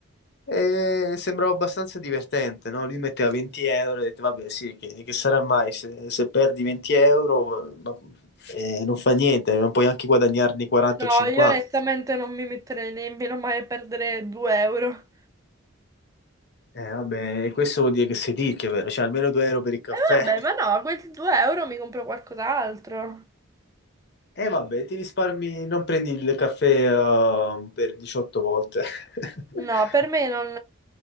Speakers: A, on the left; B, on the right.
A: e sembrava abbastanza divertente, no? Lui metteva 20 euro e detto, vabbè, sì, che, che sarà mai se, se perdi 20 euro, ma- eh, non fa niente, non puoi anche guadagnarne 40
B: No,
A: o 50.
B: io onestamente non mi metterei nemmeno mai a perdere 2 euro.
A: Eh, vabbè, questo vuol dire che sei ricco, vero? Cioè, almeno 2 euro per il caffè.
B: E vabbè, ma no, quei 2 euro mi compro qualcos'altro.
A: E vabbè, ti risparmi, non prendi il caffè eh, per 18 volte. <laughs>
B: No, per me non...